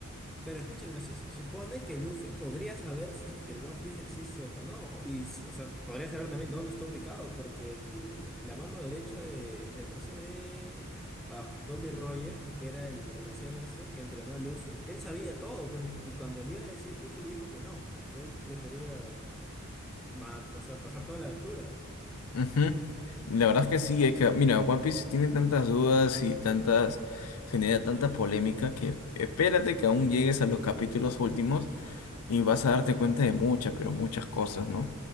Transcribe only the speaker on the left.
Ujú. La verdad es que sí, es que, mira, One Piece tiene tantas dudas y tantas, genera tanta polémica que espérate que aún llegues a los capítulos últimos y vas a darte cuenta de muchas, pero muchas cosas, ¿no?